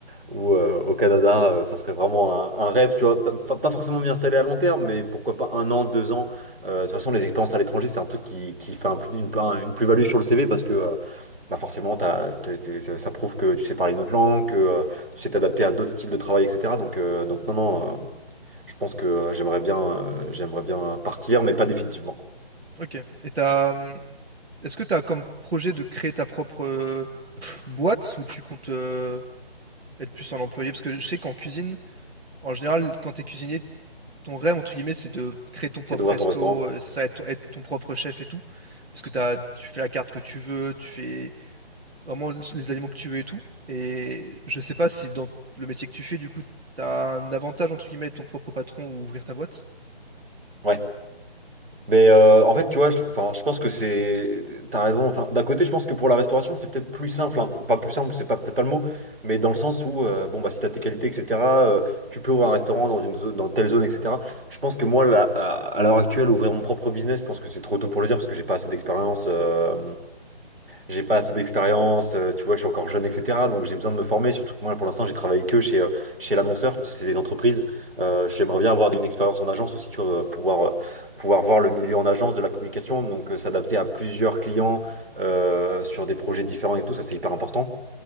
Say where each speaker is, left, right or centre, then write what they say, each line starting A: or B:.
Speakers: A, on the right (about 60°); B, on the right (about 75°).
A: ou euh, au Canada, euh, ça serait vraiment un, un rêve, tu vois, pas, pas- pas forcément m'y installer à long terme, mais pourquoi pas un an, deux ans. Euh, de toute façon, les expériences à l'étranger, c'est un truc qui, qui fait un plus- une, un- une plus-value sur le CV parce que euh, bah forcément, t'as- t'es- t'es- ça ça prouve que tu sais parler une autre langue, que euh, tu sais t'adapter à d'autres styles de travail, etc. Donc, euh, donc non, non, euh, je pense que euh, j'aimerais bien, euh, j'aimerais bien partir, mais pas définitivement.
B: Ok. Et t'as. hum, Est-ce que tu as comme projet de créer ta propre euh, boîte ou tu comptes euh, être plus un employé? Parce que je sais qu'en cuisine, en général, quand tu es cuisinier, ton rêve, entre guillemets, c'est de créer ton propre
A: C'est d'ouvrir
B: resto,
A: ton restaurant.
B: heu, c'est ça, être ton être ton propre chef et tout? Parce que tu as tu fais la carte que tu veux, tu fais vraiment l les aliments que tu veux et tout et je sais pas si dans le métier que tu fais, du coup, t'as un avantage, entre guillemets, être ton propre patron ou ouvrir ta boîte?
A: Ouais. Mais euh, en fait, tu vois, je, enfin, je pense que c'est, t'as raison. Enfin, d'un côté, je pense que pour la restauration, c'est peut-être plus simple, hein. Pas plus simple, c'est pas peut-être pas le mot, mais dans le sens où, euh, bon bah, si t'as tes qualités, etc., euh, tu peux ouvrir un restaurant dans une zone, dans telle zone, etc. Je pense que moi, là, à, à l'heure actuelle, ouvrir mon propre business, je pense que c'est trop tôt pour le dire parce que j'ai pas assez d'expérience. euh, j'ai pas assez d'expérience, euh, tu vois, je suis encore jeune, etc. Donc j'ai besoin de me former, surtout que moi pour l'instant j'ai travaillé que chez, euh, chez l'annonceur, tu sais, c'est des entreprises. Euh, j'aimerais bien avoir une expérience en agence aussi, tu vois, euh, pouvoir, euh, pouvoir voir le milieu en agence de la communication, donc euh, s'adapter à plusieurs clients euh, sur des projets différents et tout, ça c'est hyper important.